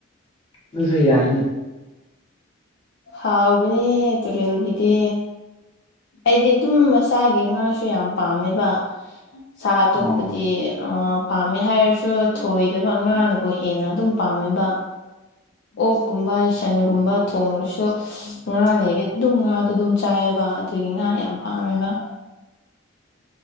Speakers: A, on the left; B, on the left.
A: ꯑꯗꯨꯁꯨ ꯌꯥꯏꯅꯦ
B: ꯍꯥꯎꯕꯅꯦꯍ ꯇꯨꯔꯦꯜꯒꯤꯗꯤ ꯑꯩꯗꯤ ꯑꯗꯨꯝ ꯃꯁꯥꯒꯤ ꯉꯥꯁꯨ ꯌꯥꯝ ꯄꯥꯝꯃꯦꯕ ꯁꯥ
A: ꯑꯣ
B: ꯇꯣꯛꯄꯗꯤ ꯑ ꯄꯥꯝꯃꯦ ꯍꯥꯏꯔꯁꯨ ꯊꯣꯏꯗꯕ ꯑꯉꯥꯡꯅꯕꯨ ꯍꯦꯟꯅ ꯑꯗꯨꯝ ꯄꯥꯝꯃꯦꯕ ꯑꯣꯛꯀꯨꯝꯕ ꯁꯟꯒꯨꯝꯕ ꯊꯣꯡꯉꯨꯔꯁꯨ ꯁꯨ ꯉꯥ ꯂꯩꯔꯦ ꯑꯗꯨꯝ ꯉꯥꯗꯣ ꯑꯗꯨꯝ ꯆꯥꯏꯑꯕ ꯑꯗꯨꯒꯤ ꯉꯥ ꯌꯥꯝ ꯄꯥꯃꯦꯕ